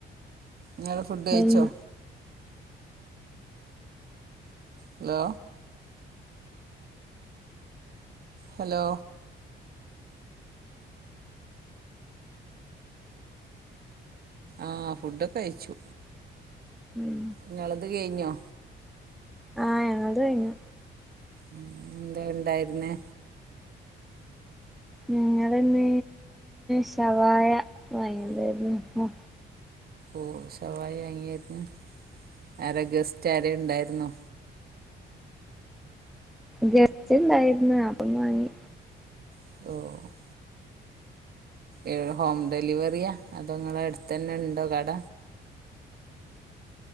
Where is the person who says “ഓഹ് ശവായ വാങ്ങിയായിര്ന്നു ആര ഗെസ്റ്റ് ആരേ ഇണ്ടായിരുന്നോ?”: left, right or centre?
Right